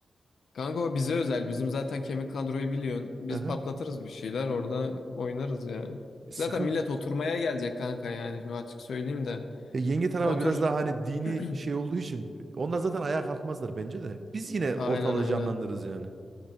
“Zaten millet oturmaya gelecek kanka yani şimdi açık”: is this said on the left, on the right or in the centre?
Left